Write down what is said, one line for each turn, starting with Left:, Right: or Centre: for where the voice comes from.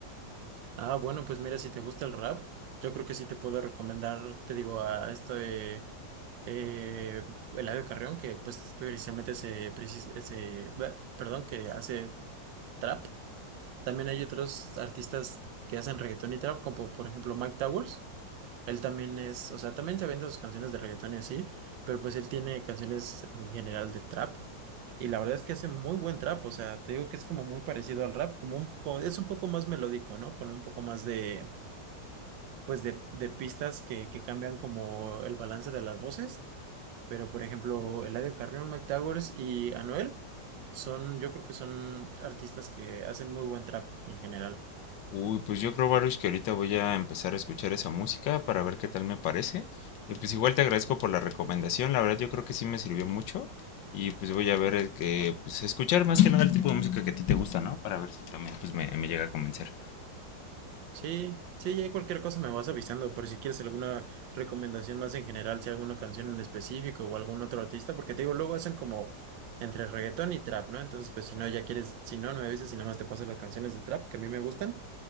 Right: Ah, bueno, pues mira, si te gusta el rap, yo creo que sí te puedo recomendar, te digo, a este eh, Eladio Carrión, que pues precisamente se, precis- ese, bleh, perdón, que hace trap. También hay otros artistas que hacen reggaetón y trap, como por ejemplo Mike Towers. Él también es, o sea, también se vende sus canciones de reggaetón y así, pero pues él tiene canciones en general de trap. Y la verdad es que hace muy buen trap, o sea, te digo que es como muy parecido al rap, como un, como- es un poco más melódico, ¿no? Con un poco más de, pues de, de pistas que, que cambian como el balance de las voces. Pero, por ejemplo, Eladio Carrión, Mike Towers y Anuel son, yo creo que son artistas que hacen muy buen trap en general.
Left: Uy, pues yo creo, Baruch, que ahorita voy a empezar a escuchar esa música para ver qué tal me parece. Y pues igual te agradezco por la recomendación, la verdad yo creo que sí me sirvió mucho. Y pues voy a ver el que, pues escuchar más que nada el tipo de música que a ti te gusta, ¿no? Para ver si también pues me, me llega a convencer.
Right: Sí, sí, ya cualquier cosa me vas avisando por si quieres alguna recomendación más en general, si alguna canción en específico o algún otro artista, porque te digo, luego hacen como entre reggaetón y trap, ¿no? Entonces, pues si no, ya quieres, si no, no me avisas y nada más te paso las canciones de trap que a mí me gustan